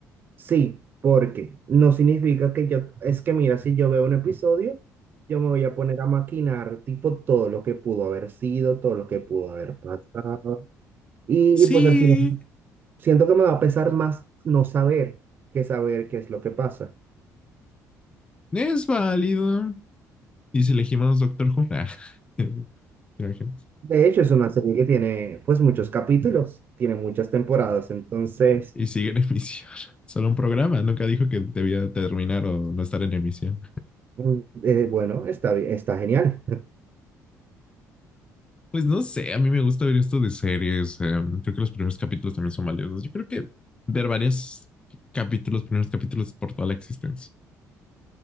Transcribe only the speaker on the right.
Sí, porque no significa que yo, es que mira, si yo veo un episodio, yo me voy a poner a maquinar tipo todo lo que pudo haber sido, todo lo que pudo haber pasado. Y,
y pues al final, siento que me va a pesar más no saber que saber qué es lo que pasa.
De hecho, es una serie que tiene pues muchos capítulos, tiene muchas temporadas, entonces,
mm, eh, bueno, está, bi- está genial.